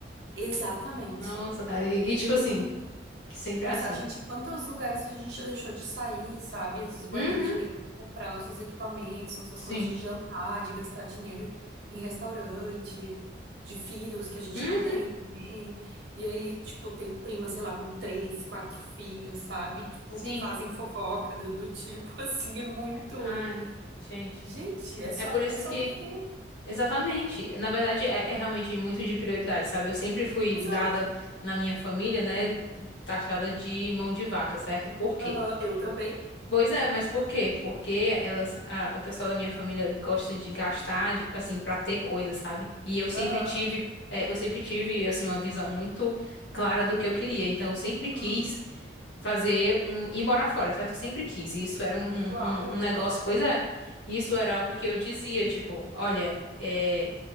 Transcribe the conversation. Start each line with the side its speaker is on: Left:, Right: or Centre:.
Right: Exatamente.
Left: Nossa, cara, e, e, tipo
Right: Eu
Left: assim,
Right: não
Left: sempre
Right: Nossa,
Left: é assim.
Right: a gente, quantos lugares a gente deixou de sair, sabe? Às vezes guardando
Left: Uhum,
Right: dinheiro para comprar nossos equipamentos, nossas
Left: sim.
Right: coisas de jantar, de gastar dinheiro em restaurante, de filhos que a gente
Left: Uhum,
Right: não tem também. E aí, tipo, tenho prima, sei lá, com três, quatro filhos, sabe? Tipo,
Left: sim.
Right: que fazem fofoca do, do tipo, <laughs> assim, é muito.
Left: Ai, gente.
Right: Gente, é só,
Left: É por
Right: que-
Left: isso
Right: é só
Left: que.
Right: tu querer.
Left: Exatamente. Na verdade, é, é realmente muito de prioridade, sabe? Eu sempre fui
Right: Exato.
Left: dada na minha família, né? Taxada de mão de vaca, certo? Por quê?
Right: Aham, eu também.
Left: Pois é, mas por quê? Porque elas, a- o pessoal da minha família gosta de gastar, de- assim, pra ter coisa, sabe? E eu sempre
Right: Aham.
Left: tive, é, eu sempre tive, assim, uma visão muito clara do que eu queria. Então, eu sempre quis
Right: Uhum.
Left: fazer um, ir morar fora, certo? Eu sempre quis. E isso era um, um,
Right: Igual
Left: um
Right: eu.
Left: um negócio,
Right: Aham.
Left: pois é. Isso era algo que eu dizia, tipo, olha. é,